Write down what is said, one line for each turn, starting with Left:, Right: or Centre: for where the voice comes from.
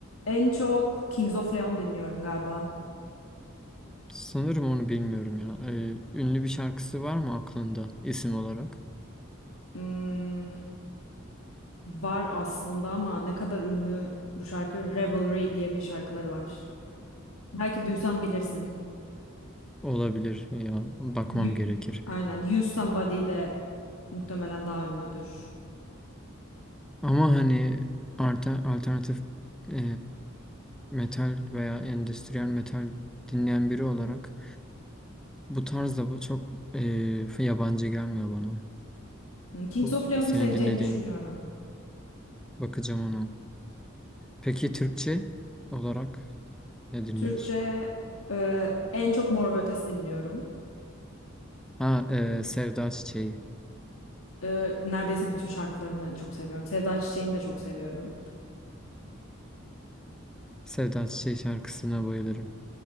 Left: en çok Kings of Leon dinliyorum galiba.
Centre: Sanırım onu bilmiyorum ya. E, ünlü bir şarkısı var mı aklında isim olarak?
Left: Hmm, var aslında ama ne kadar ünlü bu şarkı Revelry diye bir şarkıları var. Belki duysan bilirsin.
Centre: Olabilir ya. Bakmam
Left: You-
Centre: gerekir.
Left: Aynen. You Somebody de muhtemelen daha ünlüdür.
Centre: Ama hani alter- alternatif e, metal veya endüstriyel metal dinleyen biri olarak bu tarzda bu çok e, yabancı gelmiyor bana.
Left: Hmm, Kings
Centre: Bu
Left: of Leon'u
Centre: senin
Left: seveceğini
Centre: dinlediğin
Left: düşünüyorum.
Centre: bakacağım ona. Peki Türkçe olarak? Ne dinliyorsun?
Left: Türkçe e, en çok Mor ve Ötesi dinliyorum.
Centre: Ha, e, Sevda Çiçeği.
Left: E, neredeyse bütün şarkılarını çok seviyorum. Sevda Çiçek'ini de çok seviyorum.
Centre: Sevda Çiçeği şarkısına bayılırım.